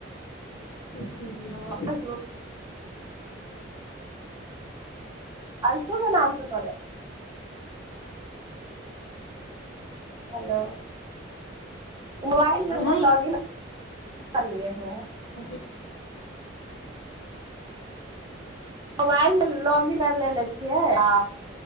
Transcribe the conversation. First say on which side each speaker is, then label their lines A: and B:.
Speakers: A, on the left (about 70°); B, on the right (about 20°).
A: सी बल
B: अंशु अंशु के नामस करै हेलो मोबाइलमे
A: नहीं
B: ने लॉग इन कर लिये हुए है
A: हँ
B: मोबाइल लॉग इन कर लेेले छियै आ